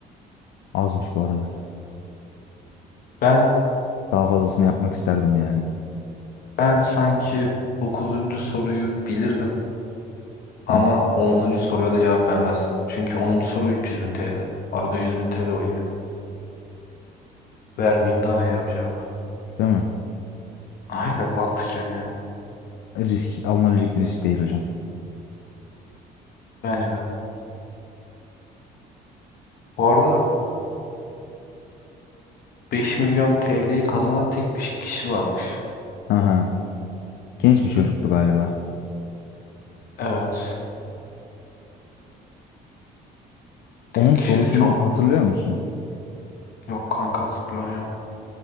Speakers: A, on the left; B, on the left.
A: Azmış bu arada.
B: Ben
A: Daha fazlasını yapmak isterdim yani.
B: ben sanki 9. soruyu bilirdim ama
A: Hı,
B: 10. soruya da cevap vermezdim. Çünkü 10. soru 300 bin TL. Arada 100 bin TL oynuyor. Vermeyeyim daha iyi abi cevap.
A: değil mi?
B: <laughs> Aynen mantıken yani.
A: Risk alınabilecek bir risk değil hocam.
B: Bence de. Bu arada 5 milyon TL'yi kazanan tek bir kişi varmış.
A: Aha. Genç bir çocuktu galiba.
B: Evet. Tek
A: Onun sorusunu
B: kişi de çok
A: hatırlıyor musun?
B: yok kanka hatırlamıyorum.